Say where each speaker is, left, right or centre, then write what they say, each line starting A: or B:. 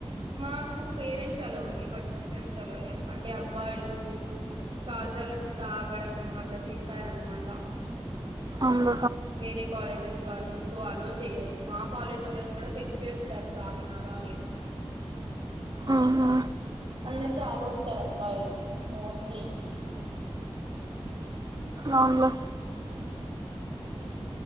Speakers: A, on the right (about 60°); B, on the right (about 40°).
A: మాకు పేరెంట్స్ అలా ఉంది. బట్ ఫ్రెండ్స్ అలో లేరు. అంటే అబ్బాయిలు చాలాసార్లు వచ్చి తాగడం అట్లా చేశారు. ఆన్నమాట
B: అంబ
A: వేరే కాలేజెస్ వాళ్ళు సో అలో చెయ్యరు. మా కాలేజ్ వాళ్ళని కూడా చెక్ చేస్తారు. తాగినారా లేదా
B: మ్ హు
A: అందరు తాగొస్తారు. అబ్బాయిలు మోస్ట్లీ
B: అవును లే